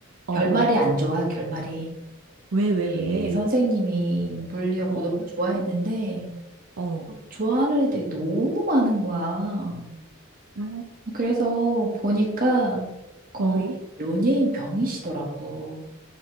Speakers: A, on the right; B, on the right.
A: 어,
B: 결말이
A: 어.
B: 안 좋아, 결말이.
A: 왜, 왜,
B: 이,
A: 왜?
B: 이 선생님이 물리였고
A: 어,
B: 너무 좋아했는데,
A: 어.
B: 어, 좋아하는 애들이 너무 많은 거야.
A: 아,
B: 그래서 보니까 음. 거의
A: 어.
B: 연예인 병이시더라고.